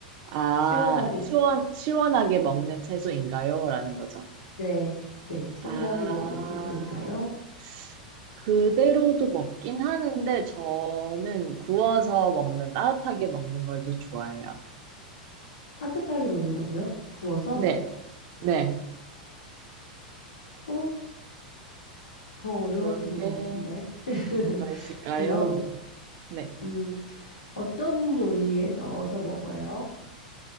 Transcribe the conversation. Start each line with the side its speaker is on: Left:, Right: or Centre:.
Right: 아,
Left: 시원하게
Right: 시원,
Left: 먹,
Right: 시원하게 먹는 채소인가요? 라는 거죠.
Left: 네, 네, 시원하게
Right: 아,
Left: 먹는 채소인가요?
Right: 그대로도 먹긴 하는데, 저는 구워서 먹는, 따뜻하게 먹는 걸 더 좋아해요.
Left: 따뜻하게 먹는다고요? 구워서?
Right: 네, 네.
Left: 어? 더 어려워지는
Right: 그런 게
Left: 것 같은데. <laughs>
Right: 뭐가 있을까요?
Left: 그럼,
Right: 네.
Left: 음, 어떤 요리에 넣어서 먹어요?